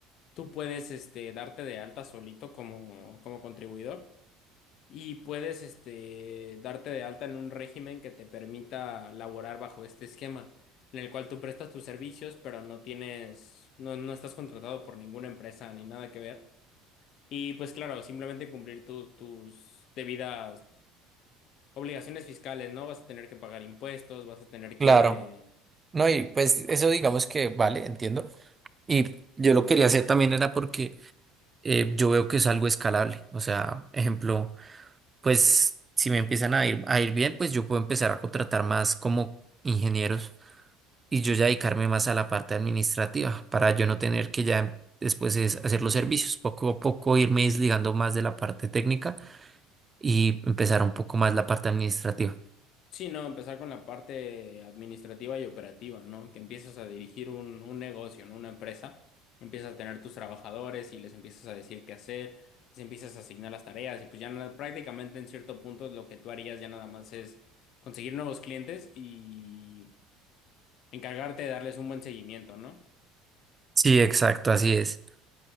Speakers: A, on the left; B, on the right.
A: tú puedes este, darte de alta solito como, como contribuidor. Y puedes, este, darte de alta en un régimen que te permita laborar bajo este esquema, en el cual tú prestas tus servicios, pero no tienes, no, no estás contratado por ninguna empresa ni nada que ver. Y pues claro, simplemente cumplir tus tus debidas obligaciones fiscales, ¿no? Vas a tener que pagar impuestos, vas a tener que
B: Claro, no, y pues eso digamos que vale, entiendo. Y yo lo quería hacer también era porque eh, yo veo que es algo escalable. O sea, ejemplo. pues si me empiezan a ir, a ir bien, pues yo puedo empezar a contratar más como ingenieros y yo ya dedicarme más a la parte administrativa para yo no tener que ya em, después es hacer los servicios, poco a poco irme desligando más de la parte técnica y empezar un poco más la parte administrativa.
A: Sí, no, empezar con la parte administrativa y operativa, ¿no? Que empiezas a dirigir un, un negocio, ¿no? Una empresa. Empiezas a tener tus trabajadores y les empiezas a decir qué hacer, les empiezas a asignar las tareas y pues ya nada- prácticamente en cierto punto lo que tú harías ya nada más es conseguir nuevos clientes y encargarte de darles un buen seguimiento, ¿no?
B: Sí, exacto, así es.